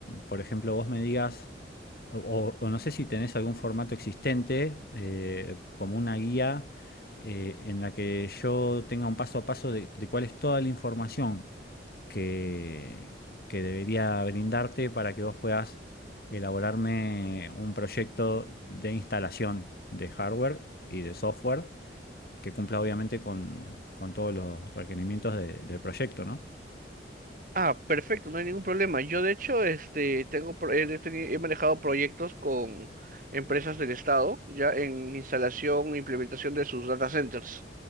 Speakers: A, on the left; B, on the right.
A: por ejemplo, vos me digas... O, o no sé si tenés algún formato existente, eh, como una guía eh, en la que yo tenga un paso a paso de, de cuál es toda la información que, que debería brindarte para que vos puedas elaborarme un proyecto de instalación de hardware y de software que cumpla obviamente con, con todos los requerimientos de- del proyecto, ¿no?
B: ah, perfecto, no hay ningún problema. Yo de hecho, este, tengo, pro- he, teni- he manejado proyectos con empresas del estado, ya en instalación e implementación de sus data centers.